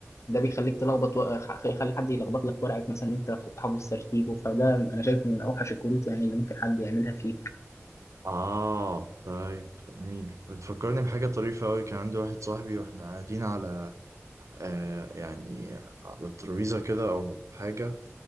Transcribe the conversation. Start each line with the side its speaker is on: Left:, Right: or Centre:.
Left: ده بيخليك تلخبط و... خ- يخلي حد يلخبط لك ورقك مثلا انت كنت حافظ ترتيبه فده انا شايفه من اوحش الكروت يعني اللي ممكن حد يعملها فيك
Right: اه طيب جميل بتفكرني بحاجه طريفه قوي كان عندي واحد صاحبي واحنا قاعدين على آه يعني على الترابيزه كده او حاجه